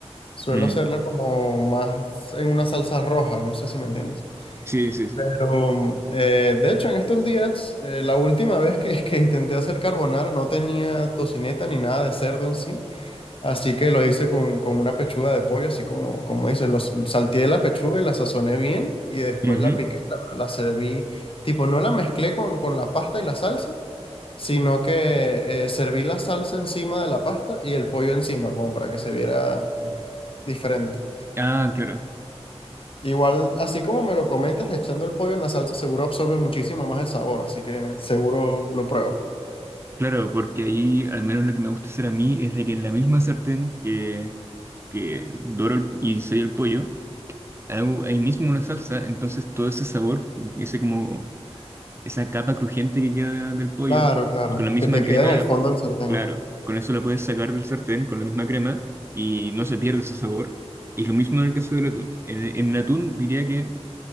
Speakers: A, on the left; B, on the right.
A: Suelo
B: Mm,
A: hacerla como más en una salsa roja. No sé si me entiendes.
B: Sí, sí, sí.
A: Pero, eh, de hecho, en estos días, eh, la última vez que, <laughs> que intenté hacer carbonara no tenía tocineta ni nada de cerdo en sí, así que lo hice con, con una pechuga de pollo, así como, como dices, lo salteé la pechuga y la sazoné bien y después
B: Ujú.
A: la piqué, la, la serví, tipo, no la mezclé con, con la pasta y la salsa, sino que eh, serví la salsa encima de la pasta y el pollo encima, como para que se viera eh, diferente.
B: Ah, claro.
A: Igual, así como me lo comentas, echando el pollo en la salsa seguro absorbe muchísimo más el sabor, así que seguro lo pruebo.
B: Claro, porque ahí al menos lo que me gusta hacer a mí es de que en la misma sartén que, que doro y sello el pollo, hago ahí mismo una salsa, entonces todo ese sabor, ese como esa capa crujiente que queda del pollo,
A: Claro, claro,
B: con la misma
A: que te queda
B: crema,
A: en el fondo del sartén.
B: claro, con eso la puedes sacar del sartén, con la misma crema, y no se pierde ese sabor. Y lo mismo en el caso del atún. En, en el atún diría que